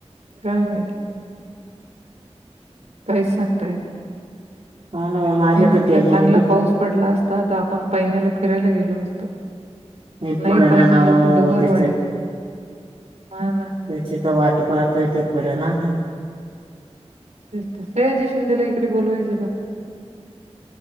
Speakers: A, on the right; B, on the right.
A: काय नाहीती काहीच सांगता येत नाही
B: हा ना माझे
A: मी म्हटलं
B: तर ते नेमके
A: चांगला पाऊस पडला असता तर आपण पहिनला फिरायला गेलो असतो
B: हे
A: नाही
B: पडना
A: पाई
B: ना
A: नला
B: हो
A: तर डुगारवाडी
B: त्याच्यात
A: हा ना
B: त्याचीिथ वाट पाहत ते पड ना
A: ते सहजी शिंदेला इकडे बोलवायचं का